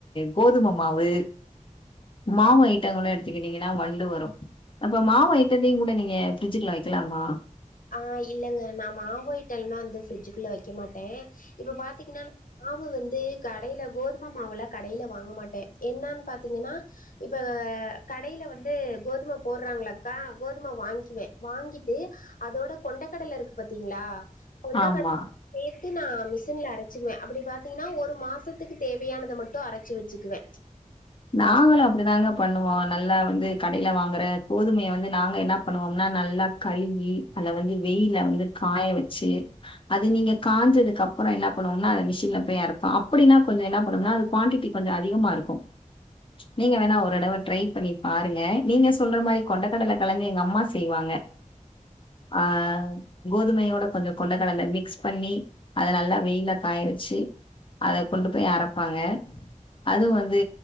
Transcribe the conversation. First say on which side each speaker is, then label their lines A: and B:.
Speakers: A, on the left; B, on the left.
A: கோதும மாவு மாவு ஐட்டங்கள எடுத்துக்கிட்டீங்கன்னா வண்டு வரு அப்ப மாவு ஐட்டத்தையுங் கூட நீங்க பிரிட்ஜ்குள்ள வைக்கலாமா
B: ஆ இல்லங்க நா மாவு ஐட்டல்லா வந்து பிரிட்ஜ்க்குள்ள வைக்க மாட்டே இப்ப பாத்தீங்கன்னா மாவு வந்து கடையில கோதும மாவுல கடையில வாங்க மாட்டே என்னன்னு பாத்தீங்கன்னா இப்ப கடையில வந்து கோதும போடுறாங்களா அக்கா கோதும வாங்கிக்கிவே வாங்கிட்டு அதோட கொண்டக்கடல இருக்கு பாத்தீங்களா கொண்டக்கட
A: ஆமா.
B: சேத்து நா மிஷின்ல அரச்சிக்குவே அப்டி பாத்தீங்கன்னா ஒரு மாசத்துக்கு தேவையானத மட்டு அரைச்சி வச்சிக்குவே
A: நாங்களு அப்டிதாங்க பண்ணுவோ நல்லா வந்து கடையில வாங்குற கோதுமைய வந்து நாங்க என்ன பண்ணுவோம்னா நல்லா கழுவி அத வந்து வெயில்ல வந்து காய வச்சி அது நீங்க காஞ்சதுக்கு அப்பறோ என்ன பண்ணுவோம்னா அது மெஷின்ல போய் அரப்போ அப்டின்னா கொஞ்சோ என்ன பண்ணுன்னா அது குவாண்டி கொஞ்சோ அதிகமா இருக்கு நீங்க வேணா ஒரு தடவ ட்ரை பண்ணி பாருங்க நீங்க சொல்ற மாரி கொண்டக்கடல கலந்து எங்க அம்மா செய்வாங்க ஆ கோதுமையோட கொஞ்சோ கொண்டக்கடல மிக்ஸ் பண்ணி அத நல்லா வெயில்ல காய வச்சி அத கொண்டு போய் அரைப்பாங்க அதுவு வந்து